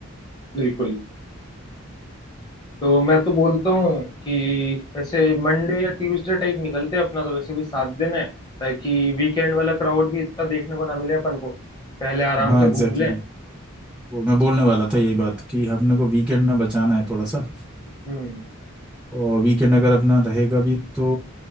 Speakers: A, on the left; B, in the centre.
A: बिल्कुल तो मैं तो बोलता हूँ कि ऐसे मंडे या ट्यूसडे टाइप निकलते हैं अपना तो वैसे भी सात दिन है ताकि वीकेंड वाला क्राउड भी इतना देखने को ना मिले अपन को पहले आराम
B: हाँ
A: से
B: एग्जैक्टली
A: घूम लें
B: exactly. वो मैं बोलने वाला था यही बात कि हमने को वीकेंड में बचाना है थोड़ा सा
A: हम्म
B: और वीकेंड अगर अपना रहेगा भी तो